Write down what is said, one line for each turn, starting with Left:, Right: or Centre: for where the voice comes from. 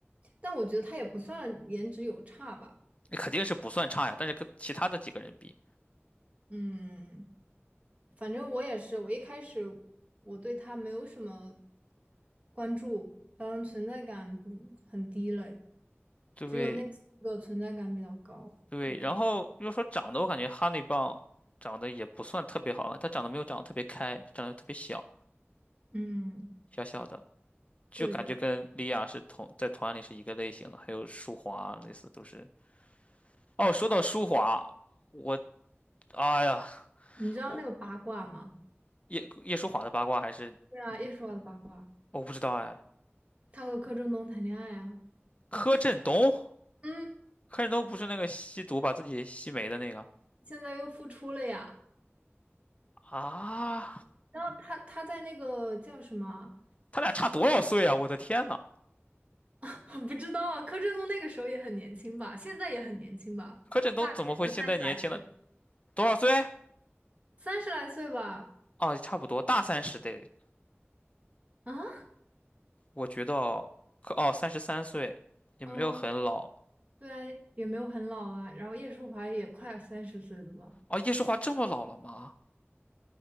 Right: 但我觉得他也不算颜值有差吧。
Left: 肯定是不算差呀。但是跟其他的几个人比，
Right: 嗯。反正我也是，我一开始我对他没有什么关注，嗯，存在感不很低了，
Left: 对。
Right: 只有那四个存在感比较高。
Left: 对，
Right: 嗯
Left: 然后要说长得，我感觉哈密棒长得也不算特别好看，它长得没有长得特别开，长得特别小，
Right: 嗯，
Left: 小小的，就感觉跟莉亚是同在团里是一个类型的。
Right: 对的。
Left: 还有舒华啊，类似都是。哦，说到舒华，我哎呀，
Right: 你知道那个八卦吗？
Left: 我叶叶舒华的八卦还是你，
Right: 对啊，叶舒华的八卦，
Left: 我不知道哎。
Right: 他和柯震东谈恋爱啊，
Left: 柯震东，
Right: 嗯，
Left: 柯震东不是那个吸毒把自己吸没的那个
Right: 现在又复出了呀。
Left: 啊？
Right: 然后他他在那个叫什么？
Left: 他俩差多少岁啊？我的天呐，
Right: <laughs> 不知道啊柯震东那个时候也很年轻吧，现在也很年轻吧，
Left: 柯震东怎么会现在年轻呢？
Right: 大概也就三十来岁，
Left: 多少岁？
Right: 三十来岁吧。
Left: 哦，差不多大三十得，
Right: 啊？
Left: 我觉得可哦，三十三岁也没有很老
Right: 嗯，对啊，也没有很老啊。然后叶舒华也快三十岁了吧？
Left: 哦。叶舒华这么老了吗？